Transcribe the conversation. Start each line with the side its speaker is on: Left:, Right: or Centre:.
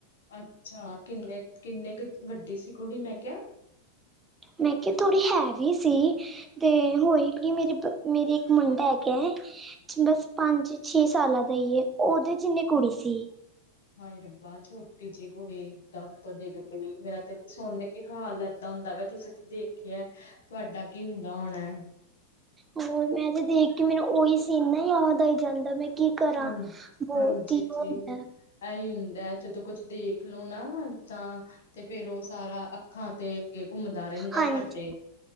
Left: ਅੱਛਾ ਕਿੰਨੇ, ਕਿੰਨੇ ਕੁ ਵੱਡੀ ਸੀ ਕੁੜੀ ਮੈਂ ਕਿਹਾ।
Right: ਮੈਂ ਕਿਹਾ ਥੋੜ੍ਹੀ ਹੈਵੀ ਸੀ, ਤੇ ਹੋਏਗੀ ਮੇਰੀ ਬ ਮੇਰੇ ਇੱਕ ਮੁੰਡਾ ਹੈਗਾ ਬਸ ਪੰਜ ਛੇ ਸਾਲਾਂ ਦਾ ਈ ਏ, ਉਹਦੇ ਜਿੰਨੀ ਕੁੜੀ ਸੀ।
Left: ਹਾਏ ਰੱਬਾ ਛੋਟੀ ਜਿਹੀ ਕੁੜੀ ਕਿਦਾ ੳਤੋਂ ਡਿੱਗ ਪਈ ਮੇਰਾ ਤੇ ਸੁਣ ਕੀ ਹਾਲ ਏਦਾਂ ਹੁੰਦਾ ਵਾ ਤੁਸੀਂ ਤੇ ਦੇਖਿਆ ਤੁਹਾਡਾ ਕੀ ਹੁੰਦਾ ਹੋਣਾ।
Right: ਹੋਰ ਮੈਂ ਤੇ ਦੇਖ ਕੇ ਮੈਨੂੰ ਉਹੀ ਸੀਨ ਨਾ ਯਾਦ ਆਈ ਜਾਂਦਾ ਮੈਂ ਕੀ ਕਰਾ
Left: ਹਾਂ
Right: ਬਹੁਤ
Left: ਹਾਂਜੀ
Right: ਓਹ
Left: ਜੀ
Right: ਹੁੰਦਾ।
Left: ਇਹੀ ਹੁੰਦਾ ਐ ਜਦੋਂ ਕੁਛ ਦੇਖ ਲਓ ਨਾ ਤਾਂ ਤੇ ਫੇਰ ਉਹ ਸਾਰਾ ਅੱਖਾਂ ਤੇ ਅੱਗੇ ਘੁੰਮਦਾ ਰਹਿੰਦਾ
Right: ਹਾਂਜੀ
Left: ਸਾਡੇ।